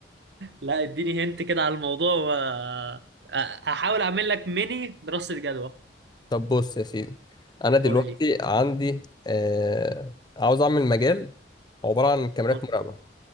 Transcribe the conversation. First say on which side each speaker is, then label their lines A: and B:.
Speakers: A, on the right; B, on the left.
A: لا اديني هنت كده على الموضوع و أ- هحاول اعمل لك ميني دراسه جدوى
B: طب بص يا سيدي انا دلوقتي
A: قول لي
B: عندي آه عاوز اعمل مجال عباره عن كاميرات
A: <laughs>
B: مراقبه